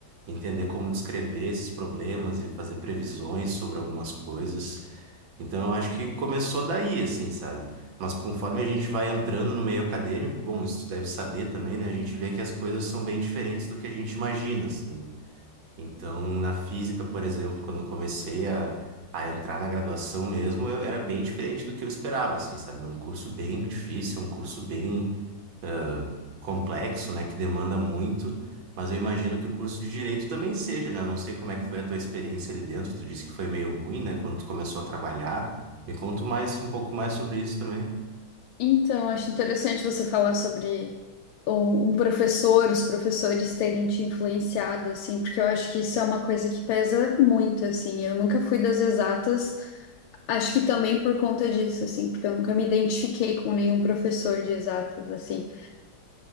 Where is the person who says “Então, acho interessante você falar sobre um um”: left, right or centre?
Left